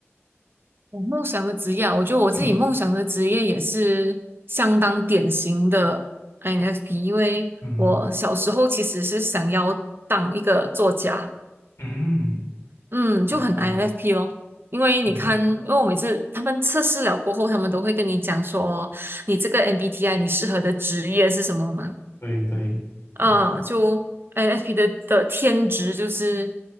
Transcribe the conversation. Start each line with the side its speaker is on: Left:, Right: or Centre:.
Right: 我梦想的职业啊，我觉得我自己梦想的职业也是相当典型的
Left: 嗯
Right: INFP，因为我小时候其实是想要当一个作家。
Left: 嗯嗯，
Right: 嗯，
Left: 明白。
Right: 就很 INFP 咯，因为你看，
Left: 嗯，
Right: 因为我每次他们测试了过后，他们都会跟你讲说，你这个 MBTI 你适合的职业是什么嘛？
Left: 对对，明白。
Right: 嗯，就 INFP 的的天职就是